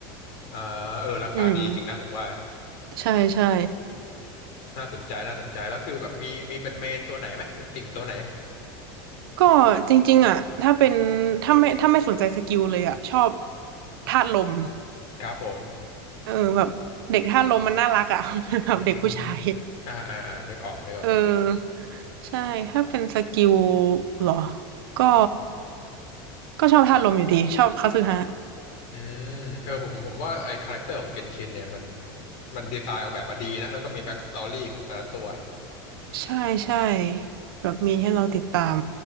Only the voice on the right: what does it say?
อืมใช่ใช่
ก็จริงๆอ่ะถ้าเป็นถ้าไม่ถ้าไม่สนใจสกิลเลยอ่ะชอบธาตุลม
เออแบบเด็กธาตุลมมันน่ารักอ่ะ <laughs> แบบเด็กผู้ชาย
เออใช่ถ้าเป็นสกิลเหรอก็ก็ชอบธาตุลมอยู่ดีชอบคาสึฮะ
ใช่ใช่แบบมีให้เราติดตาม